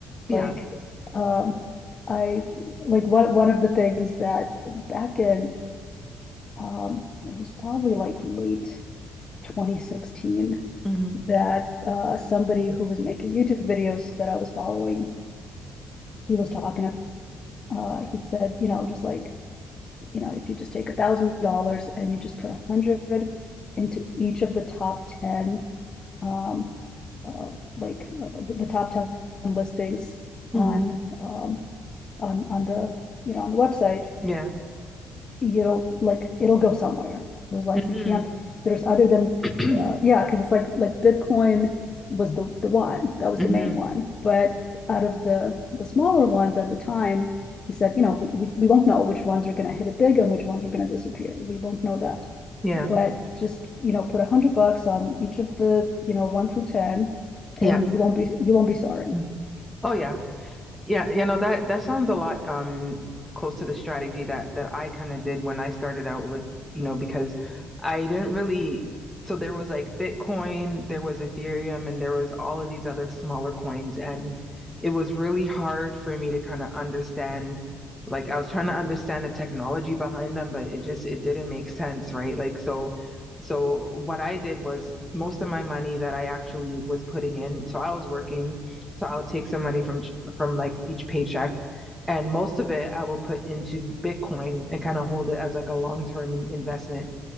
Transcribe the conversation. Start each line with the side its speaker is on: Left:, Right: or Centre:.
Centre: Yeah.
Left: like um i like one one of the things that it was back in um it was probably like late 2016
Centre: hmm
Left: that uh somebody who was making youtube videos that i was following he was talking uh he said you know just like you know, if you just take a thousand dollars and you just put a hundred into each of the top ten, um, uh, like uh, the, the top ten listings
Centre: hmm
Left: on, um, on, on the, you know, on the website,
Centre: Yeah.
Left: it'll like it'll go somewhere. It was like
Centre: hmm
Left: you can't. There's other than
Centre: <clears throat>
Left: uh, yeah, because it's like like Bitcoin was the the one that was
Centre: hmm
Left: the main one, but out of the the smaller ones at the time, he said, you know, we we, we won't know which ones are going to hit it big and which ones are going to disappear. We won't know that.
Centre: Yeah.
Left: But just you know, put a hundred bucks on each of the you know one through ten, and
Centre: Yeah.
Left: you won't be you won't be sorry.
Centre: Mm. Oh, yeah. Yeah, you know that that sounds a lot um close to the strategy that that I kind of did when I started out with, you know, because I didn't really so there was like Bitcoin, there was Ethereum, and there was all of these other smaller coins and it was really hard for me to kind of understand like I was trying to understand the technology behind them, but it just it didn't make sense, right? Like so so what I did was most of my money that I actually was putting in, so I was working so I would take some money from from like each paycheck. And most of it I will put into Bitcoin and kind of hold it as like a long term investment.